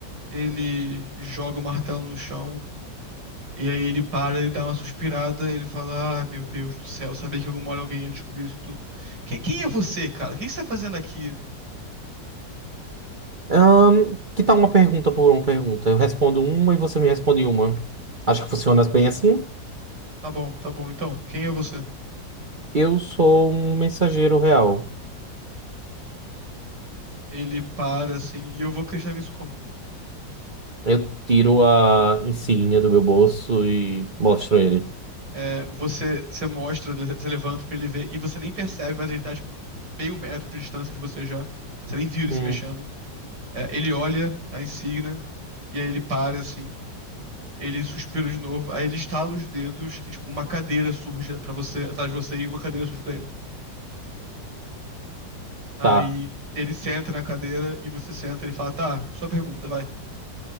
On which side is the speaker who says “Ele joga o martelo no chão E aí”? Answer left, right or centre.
Right